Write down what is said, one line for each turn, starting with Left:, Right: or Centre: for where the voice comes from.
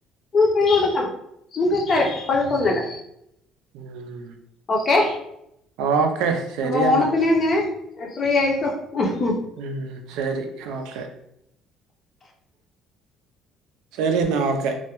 Left: <unintelligible> ഫ്രീ കൊടുക്കണം <unintelligible> തരാ കൊഴപ്പൊന്നല്ല
Right: ഉം. ഉം.
Left: ഓക്കെ
Right: ഓക്കെ ശരി
Left: അപ്പൊ ഓണത്തിന്
Right: എന്നാ
Left: അങ്ങനെ ഫ്രീ ആയിക്കോ <unintelligible>
Right: ഉം. ശരി ഓക്കെ ശരി എന്നാ ഓക്കെ